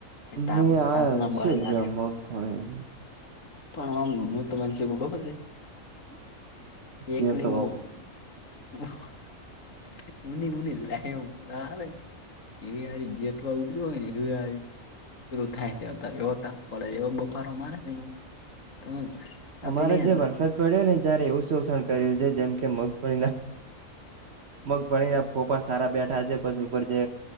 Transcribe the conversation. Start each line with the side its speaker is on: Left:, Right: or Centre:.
Left: તાપ
Right: મે આયા
Left: તાપ ના બળેલા
Right: શ શું લ્યો
Left: છે
Right: મગફળી
Left: પણ આમુ જોતો માન શગુ ખબર છે.
Right: <unintelligible>
Left: <unintelligible>
Right: જીયો તો
Left: ઉની ઉની <unintelligible> આવે <unintelligible> પરું થાય છે અત્યારે એવો તાપ પડે એ પર મારાનું તમે આપેલી
Right: અમારે જે વરસાદ પડ્યો ને જયારે એવું શોષણ કર્યું છે જેમ કે મગફળના મગ ભણી ના ફોફા સારા બેઠા છે પછી ઉપર જે